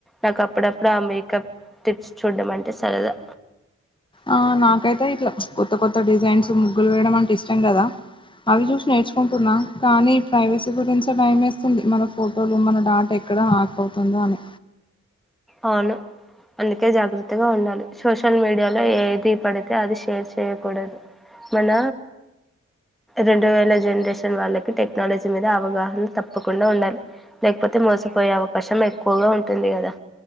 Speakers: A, in the centre; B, on the left.
A: నాకు అప్పుడప్పుడు ఆ మేకప్ టిప్స్ చూడడం అంటే సరదా
B: ఆ నాకైతే ఇట్లా కొత్త కొత్త డిజైన్స్ ముగ్గులు వేయడం అంటే ఇష్టం కదా అవి చూసి నేర్చుకుంటున్నా కానీ ప్రైవసీ గురించి భయం ఏస్తోంది మన ఫొటోలు మన డాటా ఎక్కడ హ్యాక్ అవుతుందో అని
A: అవును అందుకే జాగ్రత్తగా ఉండాలి సోషల్ మీడియాలో ఏది పడితే అది షేర్ చేయకూడదు మన రెండు వేల జనరేషన్ వాళ్ళకి టెక్నాలజీ మీద అవగాహన తప్పకుండా ఉండాలి లేకపోతే మోసపోయే అవకాశం ఎక్కువగా ఉంటుంది కదా